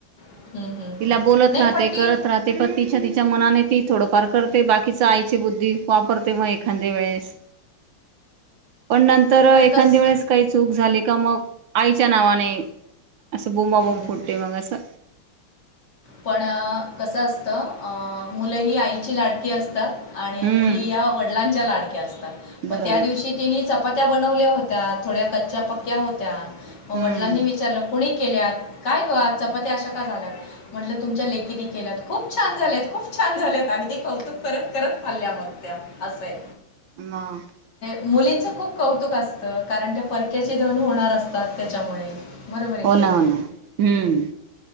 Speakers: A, on the left (about 55°); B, on the right (about 70°).
A: हम्म, हम्म, हम्म.
B: तिला बोलत
A: नाही
B: राहते
A: पण ती
B: करत राहते, पण तिच्या तिच्या मनाने ती थोडंफार करते, बाकीच आईची बुद्धी वापरते मग एखाद्या वेळेस. पण नंतर
A: पण
B: एखादे
A: कस
B: वेळेस काही चूक झाली का? मग आईच्या नावाने असं बोंबाबोंब
A: हम्म.
B: फोडते मग असं
A: पण कसं असतं, अ मुलं ही आईची लाडकी असतात. आणि
B: हम्म
A: मुली या वडिलांच्या लाडक्या असतात,
B: बरोबर
A: मग त्या दिवशी तिनी चपात्या बनवल्या होत्यात. थोड्या कच्च्या पक्क्या होत्या, मग
B: हम्म
A: वडिलांनी विचारलं कोणी केल्यात काय गं? चपात्या अशा का झाल्यात, म्हटलं तुमच्या लेकीने केल्यात. खूप छान झालेत, खूप छान झालेत अगदी कौतुक करत करत खाल्ल्या मग त्या असंय.
B: मग.
A: मुलींचं खूप कौतुक असतं कारण, त्या परक्याची धन होणार असतात. त्याच्यामुळे बरोबर आहे
B: हो ना
A: कि नाय?
B: हो ना हम्म